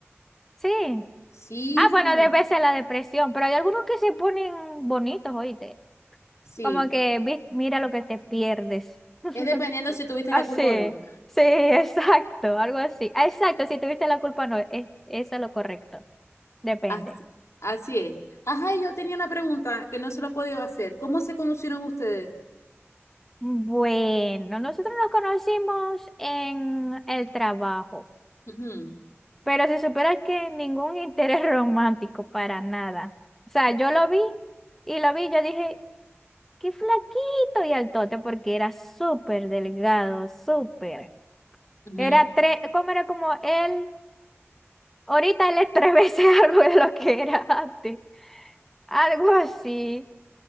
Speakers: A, in the centre; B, on the left (about 80°).
A: Sí,
B: Sí,
A: Ah, bueno,
B: sí,
A: debe ser la depresión, pero hay algunos que se ponen bonitos, oíste.
B: sí.
A: Como que "Vi- mira lo que te pierdes. <laughs>
B: Es dependiendo si tuviste
A: Así,
B: la culpa o no.
A: sí, exacto, algo así. Ah, Exacto, si tuviste la culpa, no, es, eso es lo correcto. Depende.
B: Así, así es. Ajá, y yo tenía una pregunta que no se lo he podido hacer. ¿Cómo se conocieron ustedes?
A: Bueno, nosotros nos conocimos en el trabajo.
B: Ujú,
A: Pero si supieras que ningún interés <laughs> romántico para nada. O sea, yo lo vi y lo vi, yo dije, qué flaquito y altote, porque era súper delgado, súper.
B: ujú.
A: Era tres, ¿cómo era como él? Ahorita él es tres veces <laughs> algo de lo que era antes. Algo así.